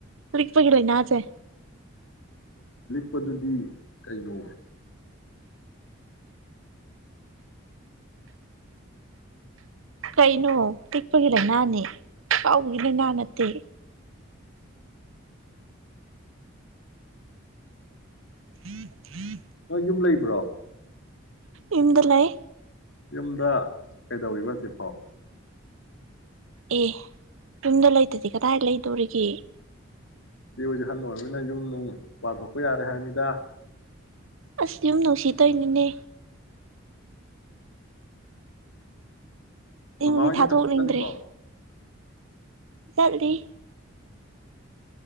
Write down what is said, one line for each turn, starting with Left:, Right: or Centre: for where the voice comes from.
Right: ꯂꯤꯛꯄꯒꯤ ꯂꯩꯅꯥꯖꯦ
Left: ꯄꯗꯨꯗꯤ ꯀꯩꯅꯣ
Right: ꯀꯩꯅꯣ ꯇꯤꯛꯄꯒꯤ ꯂꯩꯅꯥꯅꯦ ꯀꯥꯎꯕꯒꯤ ꯂꯩꯅꯥ ꯅꯠꯇꯦ <unintelligible>
Left: ꯅꯪ ꯌꯨꯝ ꯂꯩꯕ꯭ꯔꯣ
Right: ꯌꯨꯝꯗ ꯂꯩ
Left: ꯌꯨꯝꯗ ꯀꯩꯗꯧꯔꯤꯕ ꯍꯧꯖꯤꯛꯐꯥꯎ
Right: ꯑꯦ ꯌꯨꯝꯗ ꯂꯩꯇꯗꯤ ꯀꯗꯥꯏ ꯂꯩꯗꯣꯔꯤꯒꯦ
Left: ꯆꯦ ꯍꯣꯏꯗꯤ ꯍꯟ ꯑꯣꯏꯔꯝꯅꯤꯅ ꯌꯨꯝ ꯅꯨꯡ ꯄꯥꯟꯊꯣꯛꯄ ꯌꯥꯔꯦ ꯍꯥꯏꯃꯤꯗꯥ
Right: ꯑꯁ ꯌꯨꯝ ꯅꯨꯡꯁꯤ ꯇꯩꯅꯤꯅꯦ
Left: ꯃꯃꯥ
Right: ꯏꯉꯗꯤ
Left: ꯍꯣꯏꯗꯤ
Right: ꯊꯥꯗꯅꯤꯗ꯭ꯔꯤ
Left: ꯊꯕꯛ ꯆꯠꯂꯤꯕꯣ
Right: ꯆꯠꯂꯤ